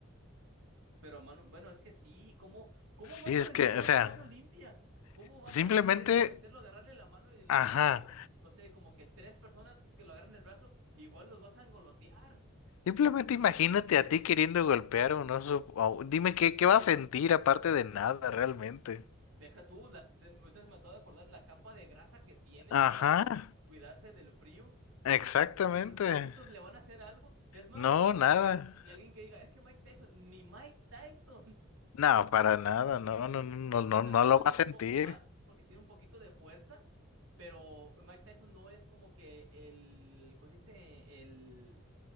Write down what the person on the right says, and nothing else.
Pero mano, bueno, es que sí, ¿cómo, cómo vas
a
vencer
a un
oso
mano limpia? ¿Cómo vas
a querer someterlo, agarrarle la mano y en
la mano, no sé, como que tres personas que lo agarran el brazo, igual los vas a engolotear?
Deja tú, la, de- ahorita me acabo de acordar la capa de grasa que tienen
para cuidarse del frío. ¿Tú
crees que tus golpecitos le van a hacer algo? Es más,
Y alguien que diga, es que Mike Tyson, ni Mike Tyson, <laughs>
quizás
le aguante
un poco más porque tiene un poquito de fuerza, pero Mike Tyson no es como que el, ¿cómo se dice? El,